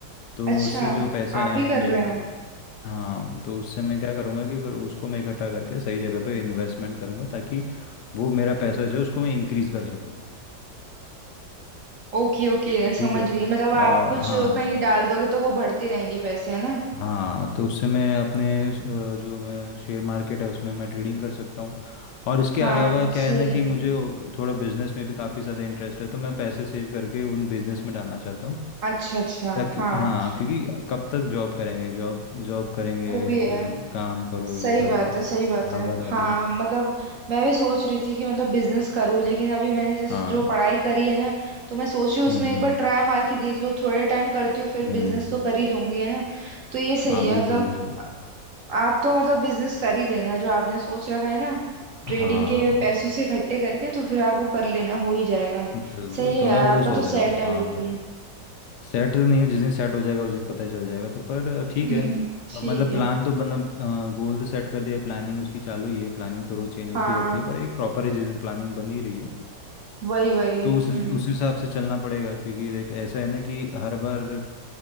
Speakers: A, on the left; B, on the right.
A: तो
B: अच्छा
A: उससे जो पैसे
B: आप
A: आएंगे
B: भी कर रहे हो
A: तो हाँ तो उससे मैं क्या करूँगा कि फिर उसको मैं इकट्ठा करके सही जगह पे इन्वेस्टमेंट करूँगा ताकि वो मेरा पैसा जो है उसको मैं इंक्रीज़ कर सकूँ
B: ओके ओके समझ
A: ठीक है
B: गई मतलब आप
A: और
B: कुछ
A: हाँ
B: कहीं डाल दोगे तो वो बढ़ते रहेंगे पैसे है ना
A: हाँ तो उससे मैं अपने अ, जो मैं शेयर मार्केट है उसमें मैं ट्रेडिंग कर सकता हूँ और इसके
B: हाँ
A: अलावा क्या
B: सही
A: है ना कि
B: है
A: मुझे थोड़ा बिजनेस में भी काफ़ी ज़्यादा इंटरेस्ट है तो मैं पैसे सेव करके उन बिजनेस में डालना चाहता हूँ
B: अच्छा अच्छा
A: ताकि
B: हाँ
A: हाँ क्योंकि कब तक जॉब करेंगे जॉब जॉब करेंगे
B: वो भी है
A: फिर काम करो
B: सही
A: ये करो
B: बात है सही बात
A: भागा
B: है
A: दौड़ी
B: हाँ मतलब मैं भी सोच रही थी कि मतलब बिजनेस करूँ लेकिन अभी मैंने जिस
A: हाँ
B: जो पढ़ाई करी है ना तो मैं सोच रही हूँ
A: हम्म
B: उसमें
A: हम्म
B: एक बार ट्राई मार के देख लूँ थोड़े टाइम करती हूँ फिर
A: हम्म
B: बिजनेस तो कर ही लूंगी है ना तो ये सही
A: हाँ
B: है
A: बिल्कुल
B: मतलब
A: बिल्कुल
B: आ- आप तो मतलब बिजनेस कर ही लेना जो आपने सोच रखा है ना ट्रेडिंग
A: हाँ
B: के पैसों से इकट्ठे करके तो फिर आप वो कर लेना हो ही जाएगा
A: बिल्कुल
B: सही है
A: तो
B: यार
A: मैं
B: आपका
A: वही सोच
B: तो सेट
A: रहा हूँ
B: है
A: हाँ
B: बिल्कुल
A: सेट तो नहीं हो जिस दिन सेट हो जाएगा उस दिन पता चल जाएगा तो पर अ, ठीक
B: हम्म,
A: है
B: ठीक
A: अ, मतलब
B: है
A: प्लान तो बना गोल तो सेट कर दिया है प्लानिंग उसकी चालू ही है प्लानिंग तो रोज़ चेंज होती
B: हाँ
A: रहती है पर एक प्रॉपर है जिस दिन प्लानिंग बन ही रही है
B: वही वही
A: तो
B: हम्म
A: उस उस हिसाब से चलना पड़ेगा क्योंकि देख ऐसा है ना कि हर बार